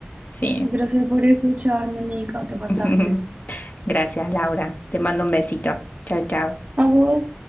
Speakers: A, on the left; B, on the right.
A: Sí.
B: Gracias por escucharme, Mica. Te pasaste.
A: <laughs> Gracias, Laura. Te mando un besito. Chao, chao.
B: ¿A vos?